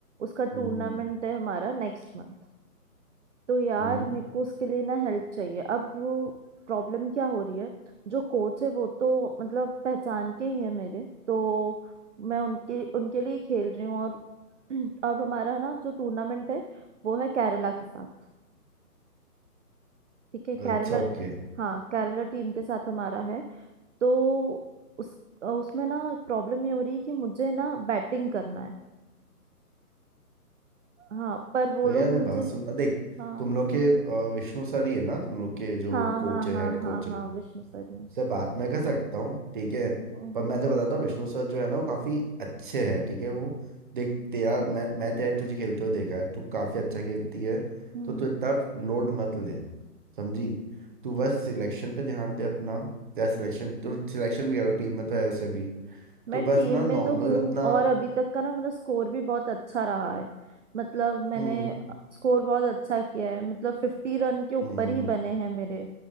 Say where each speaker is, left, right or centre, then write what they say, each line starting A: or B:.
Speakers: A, on the right (about 50°); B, on the right (about 30°).
A: उसका
B: हम्म
A: टूर्नामेंट है हमारा नेक्स्ट मंथ तो यार
B: हम्म
A: मेरे को उसके लिए ना हेल्प चाहिए अब वो प्रॉब्लम क्या हो रही है जो कोच है वो तो मतलब पहचान के ही है मेरे तो मैं उनके उनके लिए ही खेल रही हूँ और <clears throat> अब हमारा ना जो टूर्नामेंट है वो है केरला के साथ ठीक है
B: अच्छा
A: केरला
B: ओके
A: हाँ केरला टीम के साथ हमारा है तो उस उसमें ना प्रॉब्लम ये हो रही है कि मुझे ना बैटिंग करना है हाँ पर वो
B: तो
A: लोग
B: यार मैं
A: मुझे
B: बात सुनना देख
A: हाँ
B: तुम लोग के अ, विष्णु सर ही है ना तुम लोग के जो
A: हाँ
B: कोच
A: हाँ
B: है
A: हाँ
B: हेड
A: हाँ
B: कोच
A: हाँ
B: है
A: विष्णु सर ही हैं।
B: उससे बात मैं कर सकता हूँ ठीक है
A: हम्म
B: पर
A: हम्म
B: मैं तो बताता हूँ विष्णु सर जो है ना वो काफ़ी अच्छे हैं ठीक है वो देख तेरा मैं मैं तेरा तुझे खेलते हुए देखा है तू काफ़ी अच्छा खेलती है
A: हम्म
B: तो तू इतना लोड मत ले समझी तू बस सिलेक्शन पे ध्यान दे अपना तेरा सिलेक्शन तो
A: हम्म।
B: सिलेक्शन भी करो टीम में तो है वैसे भी
A: मैं
B: तू बस
A: टीम
B: ना नॉर्मल
A: में तो हूँ
B: अपना
A: और अभी तक का ना मेरा स्कोर भी बहुत अच्छा रहा है मतलब मैंने
B: हम्म
A: स्कोर बहुत अच्छा किया है मतलब फिफ्टी रन के ऊपर
B: हम्म हम्म
A: ही
B: हम्म,
A: बने हैं मेरे